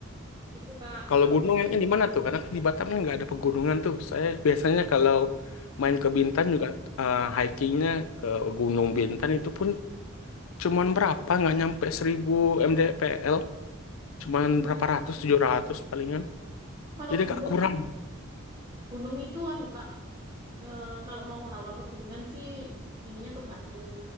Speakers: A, on the right; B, on the left.
A: Gitu, Kak. Kakak.
B: Kalau gunung yang di mana tuh? Karena kan di Batam kan nggak ada pegunungan tuh. Saya biasanya kalau main ke Bintan juga eh, hikingnya ke Gunung Bintan itu pun cuman berapa? Nggak nyampe 1000 mdpl, cuman
A: Hmm.
B: berapa ratus, 700 palingan.
A: Kalau
B: Jadi
A: gunung,
B: agak kurang.
A: gunung itu anu, Kak, eh, kalau mau hawa pegunungan sih ininya ke Batu.